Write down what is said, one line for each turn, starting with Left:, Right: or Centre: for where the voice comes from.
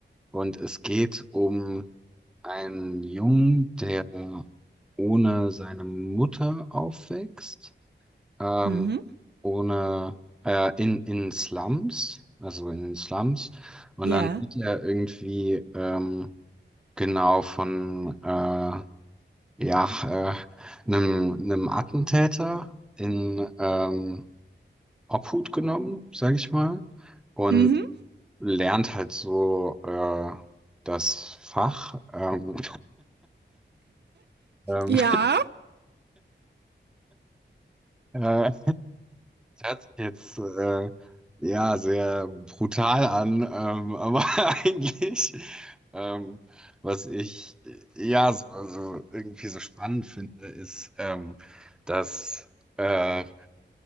Centre: Und es geht um einen Jungen, der ohne seine Mutter aufwächst, ähm,
Right: Mhm.
Centre: ohne äh, in, in Slums, also in den Slums. Und
Right: Ja.
Centre: dann wird er irgendwie ähm, genau von äh, ja, äh, einem, einem Attentäter in ähm, Obhut genommen, sage ich mal. Und
Right: Mhm.
Centre: lernt halt so äh, das Fach. Ähm, <laughs> ähm,
Right: Ja.
Centre: äh, hört sich jetzt äh, ja sehr brutal an, ähm, aber <laughs> eigentlich, ähm, was ich äh, ja so, also irgendwie so spannend finde, ist, ähm, dass äh,